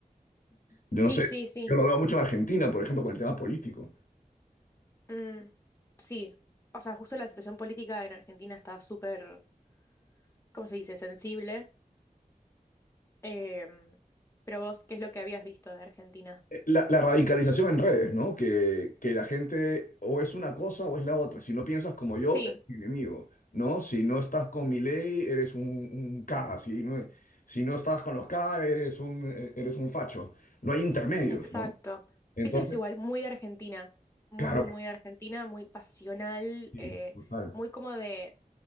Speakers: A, on the left (about 65°); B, on the left (about 20°).
A: Yo
B: sí,
A: no sé,
B: sí, sí,
A: yo lo veo mucho en Argentina, por ejemplo, con el tema político.
B: mm, sí. O sea, justo la situación política en Argentina está súper, ¿cómo se dice?, sensible. Em, pero vos, ¿qué es lo que habías visto de Argentina?
A: Eh, La, la radicalización en redes, ¿no? Que, que la gente o es una cosa o es la otra. Si no piensas como yo,
B: Sí.
A: eres mi enemigo, ¿no? Si no estás con mi ley, eres un, un K. Si no, si no estás con los K, eres un, eh, eres un facho. No hay intermedios,
B: Exacto.
A: ¿no? Entonces,
B: Eso es igual, muy de Argentina, muy,
A: claro,
B: muy, muy de Argentina, muy pasional,
A: sí,
B: eh,
A: total.
B: muy como de